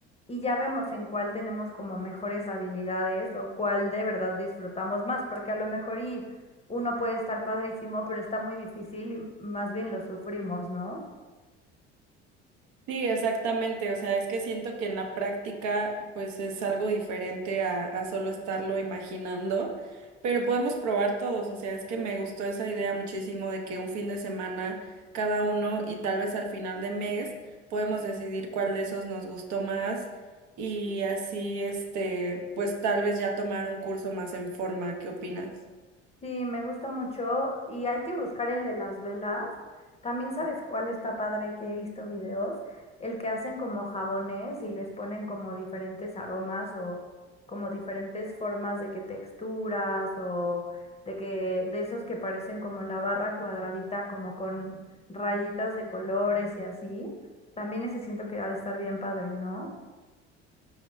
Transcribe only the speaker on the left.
y ya vemos en cuál tenemos como mejores habilidades o cuál de verdad disfrutamos más, porque a lo mejor y uno puede estar padrísimo, pero está muy difícil y más bien lo sufrimos, ¿no?
Sí, me gusta mucho y hay que buscar el de las velas. También sabes cuál está padre que he visto videos, el que hacen como jabones y les ponen como diferentes aromas o como diferentes formas de que texturas o de que de esos que parecen como la barra cuadradita como con rayitas de colores y así. También ese siento que ha de estar bien padre, ¿no?